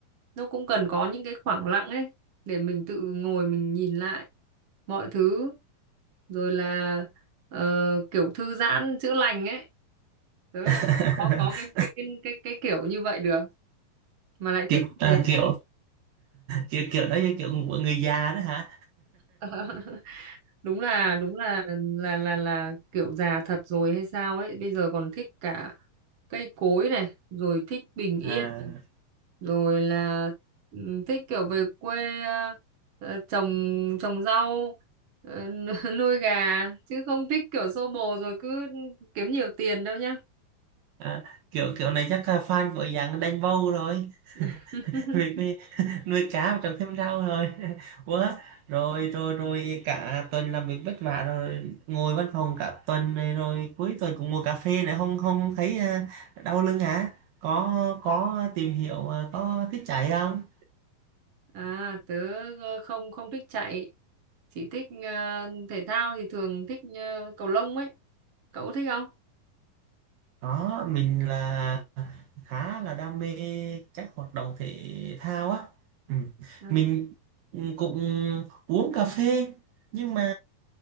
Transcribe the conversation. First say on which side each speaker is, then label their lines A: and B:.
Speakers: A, on the right (about 45°); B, on the right (about 75°).
A: nó cũng cần có những cái khoảng lặng ấy để mình tự ngồi mình nhìn lại mọi thứ rồi là ờ, kiểu thư giãn chữa lành ấy tớ
B: <laughs>
A: lại không có có cái cái cái cái, cái kiểu như vậy được mà lại
B: kiểu,
A: thích như
B: à,
A: thế
B: kiểu kiểu kiểu đó như kiểu của người già đó hả?
A: <laughs> đúng là đúng là là là là kiểu già thật rồi hay sao ấy bây giờ còn thích cả cây cối này rồi thích
B: <laughs>
A: bình yên
B: à
A: rồi là ừ, thích kiểu về quê ờ, ờ, trồng trồng rau ờ, <laughs> nuôi gà chứ không thích kiểu xô bồ rồi cứ kiếm nhiều tiền đâu nhá
B: À, kiểu kiểu này chắc là fan của dạng đánh bầu rồi
A: <laughs>
B: <laughs> vì cái- nuôi cá và trồng thêm rau rồi <laughs> quá rồi rồi rồi cả tuần làm việc vất vả rồi ngồi văn phòng cả tuần này rồi cuối tuần cũng ngồi cà phê nữa không không thấy à, đau lưng hả có có tìm hiểu à, có thích chạy không
A: à tớ ờ, không không thích chạy chỉ thích ờ, thể thao thì thường thích ờ, cầu lông ấy cậu có thích không
B: đó mình là khá là đam mê các hoạt động thể thao á ừ.
A: À,
B: mình cũng uống cà phê nhưng mà